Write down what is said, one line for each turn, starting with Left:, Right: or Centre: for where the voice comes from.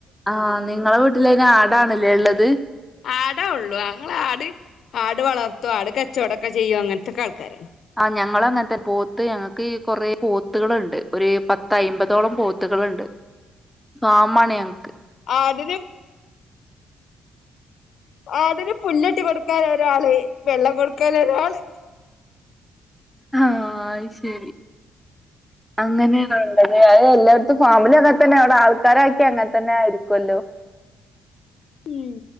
Centre: ആഹ് നിങ്ങളെ വീട്ടിലയ്ന് ആടാണ്ല്ലേ ഇള്ളത്?
Left: ആടാ ഒള്ളൂ അങ്ങള് ആട് ആട് വളർത്തും ആട് കച്ചവടൊക്കെ ചെയ്യും അങ്ങനത്തൊക്കെ ആൾക്കാര
Centre: ആഹ് ഞങ്ങളങ്ങനത്തെ പോത്ത് ഞങ്ങക്ക് കൊറേ പോത്തുകളുണ്ട് ഒരു പത്തയ്മ്പതോളം പോത്ത് കള്ണ്ട് ഫാമാണ് ഞങ്ങക്ക്
Left: ആടിന് ആടിന് പുല്ല് വെട്ടി കൊടുക്കാന് ഒരാള് വെള്ളം കൊടുക്കാന് ഒരാള്
Centre: ആഹ് ഐ ശരി അങ്ങനേണോ ഇള്ളത് അത് എല്ലായിടത്തും ഫാമിലി അങ്ങെനെത്തന്നെ അവിടെ ആൾക്കാരാക്കി അങ്ങെനെത്തന്നെയായിരിക്കുമല്ലോ
Left: ഉം